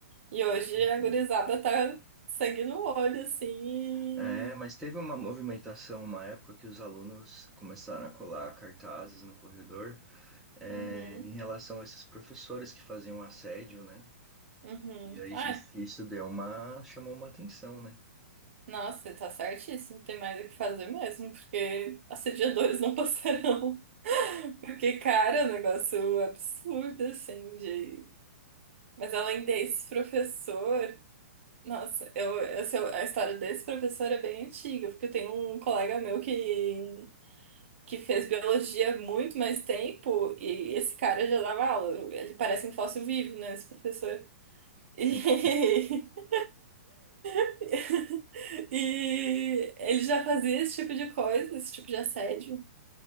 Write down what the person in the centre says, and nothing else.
Uhum.
É, mas teve uma movimentação, uma época que os alunos começaram a colar cartazes no corredor. é,
em relação a esses professores que faziam assédio, né?
E aí
isso isso deu uma, chamou uma atenção, né?
Sim.